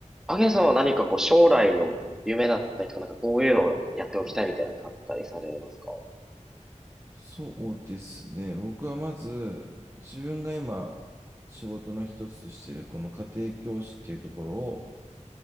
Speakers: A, in the centre; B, on the right.
A: アゲさんは何かこう将来の夢だったりとか、なんかこういうのをやっておきたいみたいなのってあったりされますか
B: はいそうですね。僕はまず、自分が今、仕事の一つとしている、この家庭教師っていうところを、